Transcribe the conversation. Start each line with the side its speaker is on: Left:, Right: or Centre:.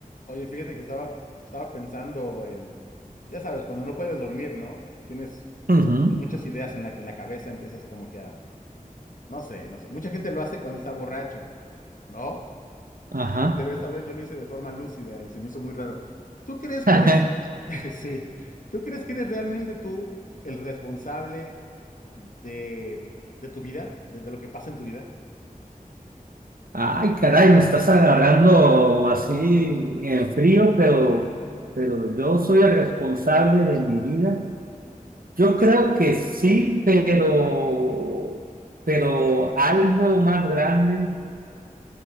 Left: Oye, fíjate que estaba, estaba pensando en, ya sabes, cuando no puedes dormir, ¿no? Tienes
Right: Ujú,
Left: mu- muchas ideas en la que en la cabeza empiezas como que a, no sé, no sé. Mucha gente lo hace cuando está borracho, ¿no?
Right: Ajá.
Left: Pero esta vez yo lo hice de forma lúcida y se me hizo muy raro. ¿Tú crees que
Right: <laughs>
Left: eres, <laughs> sí, tú crees que eres realmente tú el responsable de, de tu vida, de, de lo que pasa en tu vida?
Right: Ay, caray, me estás agarrando así en frío, pero, pero yo soy el responsable de mi vida. Yo
Left: Sí,
Right: creo que sí, pero, pero algo más grande.